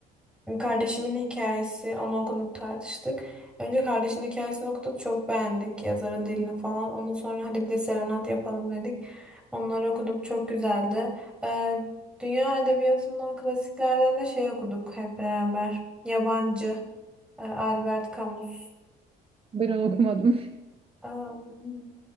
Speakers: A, in the centre; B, on the right.
A: kardeşimin hikayesi, onu okuduk, tartıştık. Önce kardeşimin hikayesini okuduk, çok beğendik yazarın dilini falan. Ondan sonra hadi bir de Serenat yapalım dedik. Onları okuduk, çok güzeldi. Ee, dünya edebiyatından, klasiklerden de şey okuduk hep beraber. Yabancı, e, Albert Camus.
B: Ben onu okumadım.
A: Ee,